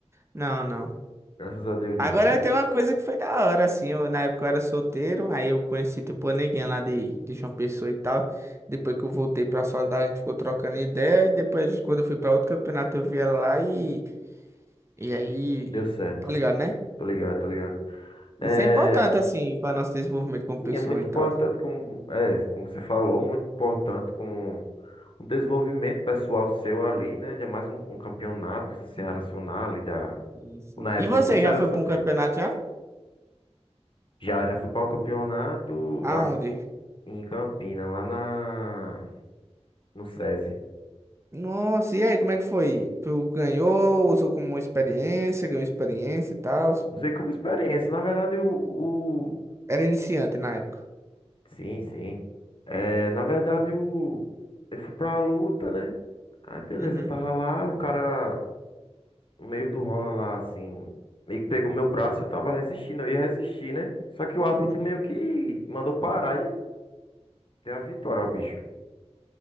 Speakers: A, on the right; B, on the left.
A: Não, não.
B: Graças a Deus, não,
A: Agora
B: né?
A: tem uma coisa que foi da hora, assim. Eu, na época eu era solteiro, aí eu conheci tipo uma neguinha lá de, de João Pessoa e tal. Depois que eu voltei pra Soledade, a gente ficou trocando ideia. E depois, a gente- quando eu fui pra outro campeonato, eu vi ela lá e. E aí.
B: Deu certo.
A: Tá ligado, né?
B: Tô ligado, tô ligado. É,
A: Isso é importante, assim, pra nosso desenvolvimento como
B: sim,
A: pessoa
B: é muito
A: e
B: importante,
A: tal.
B: como, é, como você falou, muito importante como um desenvolvimento pessoal seu ali, né? De mais um, um campeonato, você se relacionar ali da,
A: Sim, sim.
B: na época
A: E você
B: que você
A: já
B: era
A: foi
B: solteiro.
A: para um campeonato já?
B: Já, já fui para um campeonato
A: Aonde?
B: a- em Campina, lá na, no SESI.
A: Nossa, e aí, como é que foi? Tu ganhou, usou como uma experiência, ganhou experiência e tal.
B: Usei como experiência. Na verdade, o, o...
A: Era iniciante na época.
B: Sim, sim. É, na verdade, o... eu fui pra luta, né? Aí beleza,
A: Uhum,
B: eu tava lá, o cara. no meio do rola lá, assim, meio que pegou meu braço e eu tava resistindo, eu ia resistir, né? Só que o árbitro
A: uhum.
B: meio que mandou parar e deu a vitória ao bicho.